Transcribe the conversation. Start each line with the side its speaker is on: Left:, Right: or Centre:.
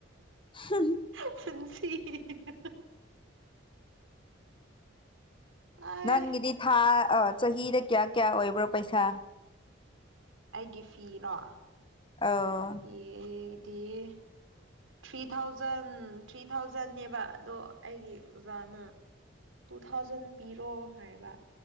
Left: ꯍꯨꯝ <unintelligible>
Right: ꯄꯨꯆ <unintelligible> ꯑꯩꯒꯤ
Left: ꯅꯪꯒꯤꯗꯤ ꯊꯥ ꯆꯍꯤꯗ ꯀꯌꯥ ꯀꯌꯥ ꯑꯣꯏꯕ꯭ꯔꯣ ꯄꯩꯁꯥ
Right: ꯑꯩꯒꯤ ꯐꯤꯔꯣ
Left: ꯑꯧ
Right: ꯑꯦ ꯏꯗꯤ <unintelligible> ꯊ꯭ꯔꯤ ꯊꯥꯎꯖꯟ ꯊ꯭ꯔꯤ ꯊꯥꯎꯖꯟꯅꯦꯕ ꯑꯗꯣ ꯑꯩꯒꯤ ꯑꯣꯖꯥꯅ ꯇꯨ ꯊꯥꯎꯖꯟ ꯄꯤꯔꯣ ꯍꯥꯏꯕ